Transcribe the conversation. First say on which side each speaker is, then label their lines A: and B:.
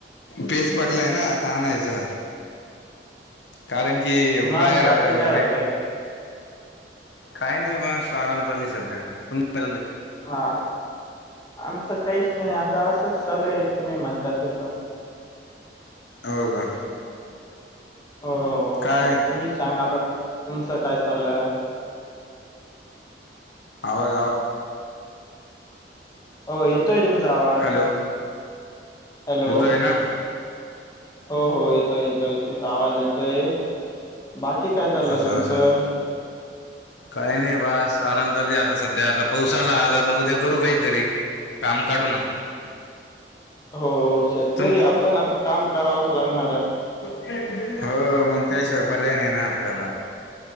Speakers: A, on the left; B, on the left.
A: पेच पटलाय ना आता आणायचा. कारण की
B: मग
A: बाहेर
B: बाकी
A: आता
B: काय
A: ते
B: होतंय
A: काही नाही बस आराम चाली सध्या तुम काय चाललंय.
B: हा आमचं काहीच नाही आता असंच चालू आहे तुम्ही म्हणता तसं.
A: हो का.
B: हो
A: काय
B: आता तुम्ही सांगा आता तुमचं काय चाललं.
A: आवर आ
B: हो येतोय तुमचा आवाज
A: हॅलो
B: हॅलो.
A: येतोय ना
B: हो हो येतोय येतोय तुमचा आवाज येतोय बाकी काय चाललंय
A: असं
B: तुमचं?
A: असं काही नाही बस आराम चालू आहे आता सध्या आता पाऊस आला आता आता उद्या करू काहीतरी. काम काढू ना.
B: हो शेतकरी
A: तुम
B: आपण आता काम करावच लागणार आहे.
A: हो मग त्याशिवाय पर्याय नाही ना आपल्याला